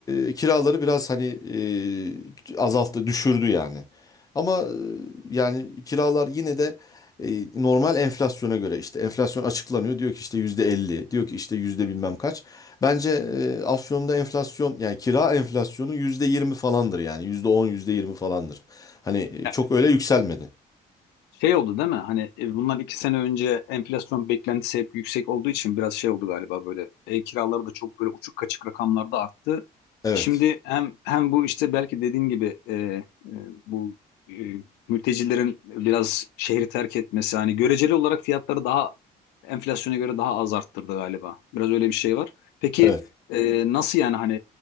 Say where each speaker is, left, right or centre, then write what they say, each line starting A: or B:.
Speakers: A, on the left; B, on the left.
A: e, kiraları biraz hani e, azalttı, düşürdü yani. Ama e, yani kiralar yine de e, normal enflasyona göre işte enflasyon açıklanıyor. Diyor ki işte yüzde elli diyor ki işte yüzde bilmem kaç. Bence e, Afyon'da enflasyon yani kira enflasyonu yüzde 20 falandır yani yüzde on yüzde 20 falandır. Hani e,
B: Ya
A: çok öyle yükselmedi.
B: Şey oldu değil mi? Hani e, bundan iki sene önce enflasyon beklentisi hep yüksek olduğu için biraz şey oldu galiba böyle. Ev kiraları da çok böyle uçuk kaçık rakamlarda arttı.
A: Evet.
B: Şimdi hem hem bu işte belki dediğin gibi e, e, bu e, mültecilerin biraz şehri terk etmesi hani göreceli olarak fiyatları daha enflasyona göre daha az arttırdı galiba. Biraz öyle bir şey var. Peki
A: Evet.
B: e, nasıl yani hani